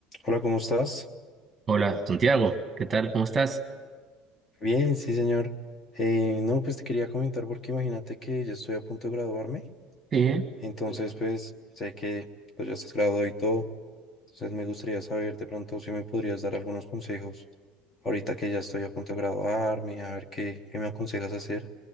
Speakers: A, on the left; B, on the right.
A: Hola, ¿cómo estás?
B: Hola, Santiago, ¿qué tal? ¿Cómo estás?
A: Bien, sí, señor. Eh, no, pues te quería comentar porque imagínate que yo estoy a punto de graduarme,
B: Sí,
A: entonces Claro. pues sé que pues ya estás graduado y todo, entonces me gustaría saber de pronto si me podrías dar algunos consejos ahorita que ya estoy a punto de graduarme, a ver qué, qué me aconsejas hacer.